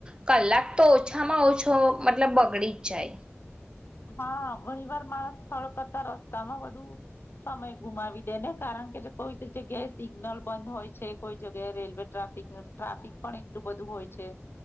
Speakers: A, on the right; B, on the left.
A: કલાક તો ઓછામાં ઓછો મતલબ બગડી જ જાય.
B: હા, ઘણી વાર માણસ સ્થળ કરતા રસ્તામાં વધુ સમય ગુમાવી દે ને, કારણ કે કોઈ જગ્યાએ સિગ્નલ બંધ હોય છે, કોઈ જગ્યાએ રેલવે ટ્રાફિક ટ્રાફિક પણ એટલું બધું હોય છે,